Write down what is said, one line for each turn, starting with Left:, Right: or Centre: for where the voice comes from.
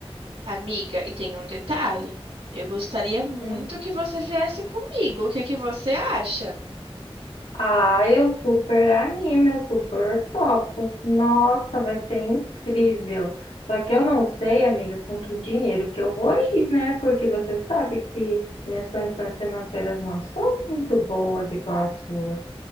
Right: amiga, e tem um detalhe. Eu gostaria muito
Left: Hum.
Right: que você viesse comigo. O que que você acha?
Left: Ah, eu super animo, eu super topo. Nossa, vai ser incrível. Só que eu não sei, amiga, com que dinheiro que eu vou ir, né? Porque você sabe que minhas condições financeiras não são muito boas igual as suas.